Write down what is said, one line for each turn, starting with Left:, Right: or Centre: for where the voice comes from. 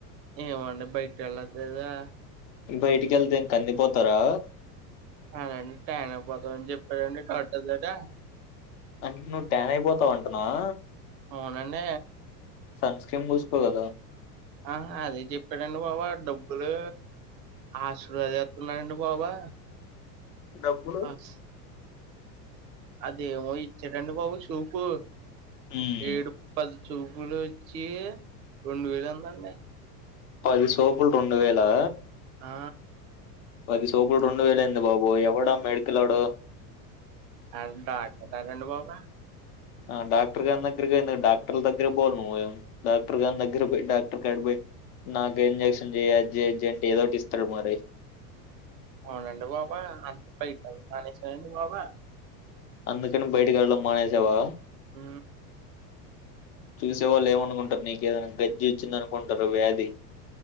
Right: ఏమోండి బయటకి వెళ్ళట్లేదా
Left: బయటికి వెళ్తే కందిపోతారా
Right: అలాండి టైన్పోదామని చెప్పారండి టట్టర్ దగగ
Left: అంటే నువ్వు ట్యాన్ అయిపోతావంటున్నావ
Right: అవునండి
Left: సన్స్క్రీన్ పూసుకోవల కదా
Right: ఆ అదే చెప్పాడండి బాబా డబ్బులు ఆశలుదిస్తున్నారండి బాబా
Left: డబ్బులు
Right: అస్ అదేమో ఇచ్చాడండి బాబు సోపు
Left: హ్మ్.
Right: ఏడు ప చుపులు వచ్చి రెండు వేలు ఉందండి
Left: అది సోపుల్ రెండు వేలా
Right: ఆ
Left: పది సోపులు రెండు వేలుంది బాబు ఎవడా మెడికల్ అడు
Right: అంటాట డాక్టర్ కాదు బాబు
Left: ఆ డాక్టర్ గని దగ్గరగా డాక్టర్ దగ్గర పో నువ్ డాక్టర్ గని దగ్గర డాక్టర్ కాడి పోయి నాక ఇంజెక్షన్ చేయ్యెంట్ ఏదోటి ఇస్తాడు మరి
Right: అవునండి బాబు అంతప్ప కాడి బబా
Left: అందుకని బయటకి వెళ్ళడం మానేసావా
Right: ఉ
Left: చూసేవాళ్ళు ఏమనుకుంటారు నీకేదైనా గజ్జి వచ్చింది అనుకుంటారు వ్యాధి